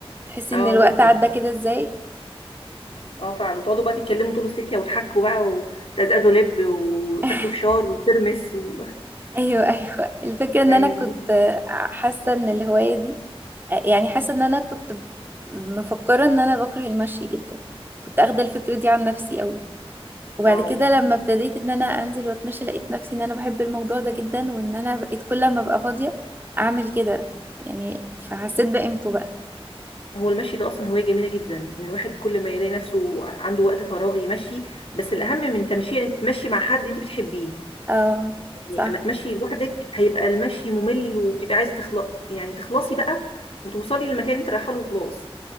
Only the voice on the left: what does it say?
اه
جدا
اه فعلا وتقعدوا بقى تتكلموا طول السكه وتحكوا بقى وتزقزقوا لب وتاكلوا
فشار وترمس و...
<laughs> يعني
اه
هو المشي ده اصلا هوايه جميله جدا ان الواحد كل ما يلاقي نفسه عنده وقت فراغ يمشي بس الاهم من تمشي يعني تمشي مع حد انت بتحبيه
يعني اما تمشي لوحدك هيبقى المشي ممل وبتبقى عايزه تخلق يعني تخلصي بقى وتوصلي للمكان اللي انت رايحه له وخلاص